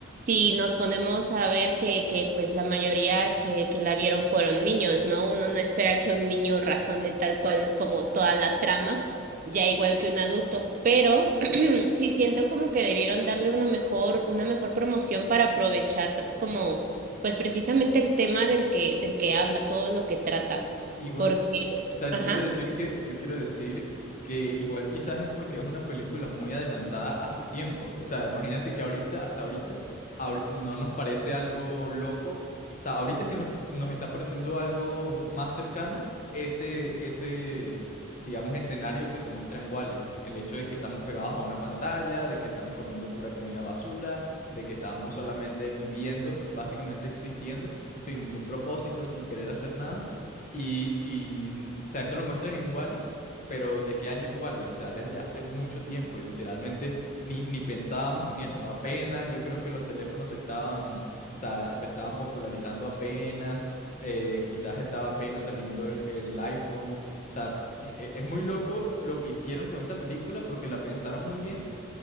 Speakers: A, on the right; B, on the left.
A: si nos ponemos a ver que, que pues la mayoría que, que la vieron fueron niños, ¿no? Uno no espera que un niño razone tal cual como toda la trama, ya igual que un adulto, pero <clears throat> sí siento como que debieron darle una mejor, una mejor promoción para aprovechar como, pues precisamente el tema del que, del que habla, todo lo que trata,
B: Igual,
A: porque,
B: o sea, yo
A: ajá.
B: quiero decir que, yo quiero decir que igual quizás es porque es una película muy adelantada a su tiempo. O sea, imagínate que ahorita, hasta ahorita, ahori- no nos parece algo loco. O sea, ahorita es que nos, nos está pareciendo algo más cercano ese, ese, digamos, escenario que se muestra en Wall-E. El hecho de que estamos pegados a una pantalla, de que estamos comiendo pura comida basura, de que estamos solamente viviendo, básicamente existiendo, sin ningún propósito, sin querer hacer nada. Y, y, mm, o sea, eso lo muestran en Wall-E pero ¿de qué año es Wall-E O sea, desde hace mucho tiempo y literalmente ni, ni pensábamos en eso. Apenas, yo creo que los teléfonos se estaban, o sea, se estaban popularizando apenas, eh, quizás estaba apenas saliendo el, el iPhone. O sea, e- e- es muy loco lo que hicieron con esa película porque la pensaron muy bien